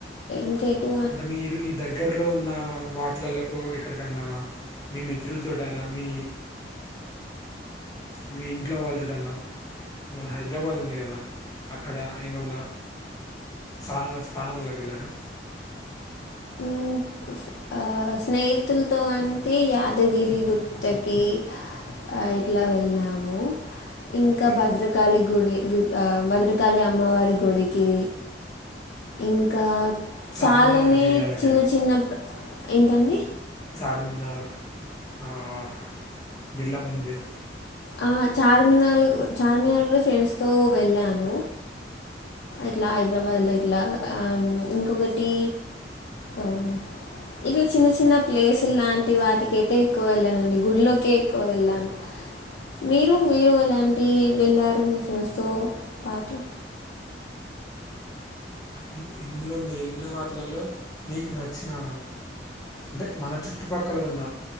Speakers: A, on the left; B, on the left.
A: ఇంకా ఎటు పో
B: అంటే మీరు ఈ దగ్గర్లో ఉన్న వాటిలలో కో ఎక్కడికన్నా మీ మిత్రులతోట అయినా మీ మీ ఇంట్లో వాళ్లతోటి అన్నా మన హైదరాబాద్ ఉంది కదా అక్కడ ఏమన్నా సాహ్ స్థానాలల్లోకి వెళ్ళారా
A: మ్మ్ ఆ స్నేహితులతో అంటే యాదగిరి గుట్టకి ఆహ్ ఇట్లా వెళ్ళాము ఇంకా
B: ఓకే
A: భద్ర కాళి గుడి గు ఆహ్ భద్రకాళి అమ్మవారి గుడికి ఇంకా
B: చార్మిల్
A: చాలానే
B: అంటే ఎరియా లైక్
A: చిన్న చిన్న ప్ ఏంటండి
B: చార్మినార్ ఆహ్ బిర్లా మందిర్
A: ఆ చార్మినాల్ కు చార్మినార్ కూడా ఫ్రెండ్స్ తో వెళ్ళాను ఇట్లా హైదరాబాద్ లో ఇట్లా ఆహ్ హ్మ్ ఇంకొకటి ఆహ్ ఇట్లా చిన్న చిన్న ప్లేసులు లాంటి వాటికైతే ఎక్కువ వెళ్ళానండి గుల్లకే ఎక్కువ వెళ్ళాను మీరు మీరు ఎలాంటి వెళ్ళారు మీ ఫ్రెండ్స్ తో పాటు
B: ఉహ్ ఇందులో మీరు వెళ్ళిన వాటిలల్లో మీకు నచ్చినా అంటే మన చుట్టుపక్కల ఉన్న